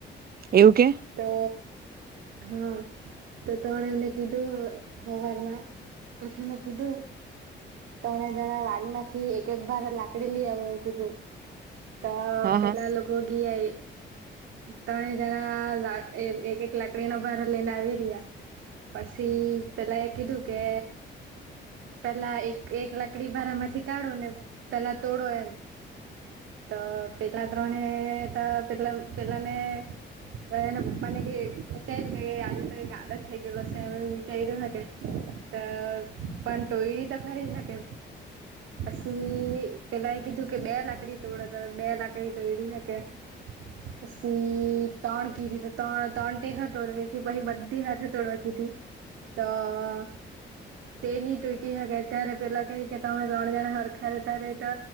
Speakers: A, on the right (about 50°); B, on the right (about 80°).
A: એવું કે
B: તો હ તો ત્રણે એમને કીધું હવારમાં ઉઠહુને કુધુ તણે જણા વાડી માંથી એક એક વાર લાગ લાકડી લેવ આવો આવ કીધુ તોપેલા
A: હા હા
B: લોકો ગીઆ ત્રણે જણા એક એક લાકડીના ભાર લઈને આવી રહ્યા પછી પેલાયે કધું કે પેલા એક એક લાકડી ભારા માંથી કાઢો ને પેલા તોડો એમ તો પેલા ત્રણે ત કેટલાક્ કેટલ ને પણ એના પપ્પા ને કે વિચાર્યું કે આજે તો ગાંડોજ થઈ ગયયો હશે એમ વિચાર્યું હ કે તો પણ ટોયડી તો ખરી હ કે પછી પેલા કીધું કે બે લાકડી તોડો તો બે લાકડી તોડી હકે પછી ત્રણ કીધી તો ત્રણ ત્રણ ટેહ તોડ દે કે પછી બધી હાથે તોડવા કીધી હું તો <inaudible> તે નની ટૂટી હકે ત્યારે પેલા કહી કે તમે ત્રણ જણા હરખરે ત્યારે એ તો